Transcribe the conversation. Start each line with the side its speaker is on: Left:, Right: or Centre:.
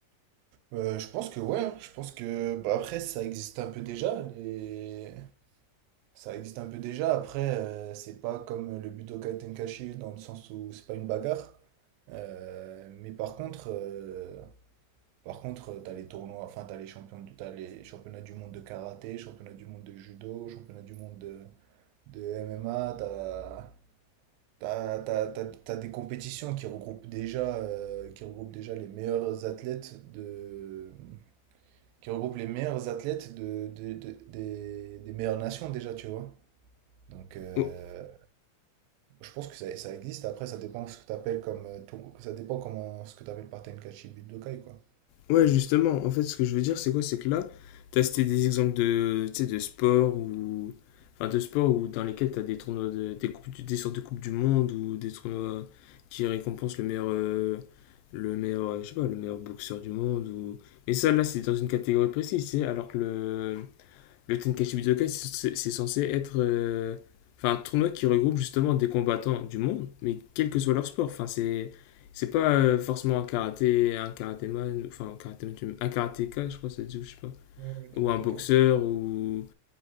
Right: Euh, je pense que ouais, hein. Je pense que bah, après ça existe un peu déjà les... ça existe un peu déjà après euh, c'est pas comme le Budokai Tenkaichi dans le sens où c'est pas une bagarre Euh, mais par contre euh, Par contre, euh, t'as les tournois, enfin, t'as les champions, du- t'as les championnats du monde de karaté, championnats du monde de judo, championnats du monde de, de MMA, t'as, t'as, t'as- t'as- t'as des compétitions qui regroupent déjà, euh, qui regroupent déjà les meilleurs athlètes de, qui regroupent les meilleurs athlètes de, de- de- des, des meilleures nations déjà, tu vois. Donc, euh,
Left: ou
Right: je pense que ça, ça existe. Après, ça dépend ce que t'appelles comme, euh, tour- ça dépend comment, ce que t'appelles par Tenkaichi Budokai, quoi.
Left: Ouais, justement, en fait, ce que je veux dire, c'est quoi? C'est que là, tu as cité des exemples de, tu sais, de sport ou. Enfin, de sport ou dans lesquels tu as des tournois, de- des, coupes, du- des sortes de coupes du monde ou des tournois qui récompensent le meilleur. euh, le meilleur, euh, je sais pas, le meilleur boxeur du monde ou. Mais ça, là, c'est dans une catégorie précise, tu sais, alors que le. Le Tenkaichi Budokai, c'est c'est censé être euh, enfin, un tournoi qui regroupe justement des combattants du monde, mais quel que soit leur sport. Enfin, c'est c'est pas euh, forcément un karaté, un karatéman, enfin un karatéman, un karatéka, je crois, que ça se dit, ou je sais pas,
Right: Ouais, ouais, karatéka.
Left: ou un boxeur ou